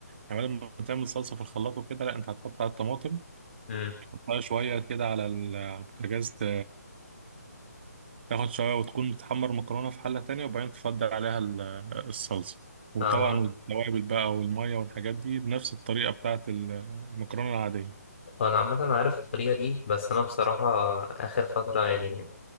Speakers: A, on the right; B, on the left.
A: كمان لما تعمل صلصة في الخلاط وكده لا انت هتقطع الطماطم
B: امم
A: تحطها شوية كده على ال- على البوتاجاز ت- تاخد شوية وتكون بتحمر مكرونة في حلة تانية وبعدين تفضل عليها ال- الصلصة وطبعا
B: عم-
A: والتوابل بقى والمية والحاجات دي بنفس الطريقة بتاعت ال- المكرونة العادية
B: انا عامه عارف الطريقه دي بس انا بصراحه اخر فتره يعني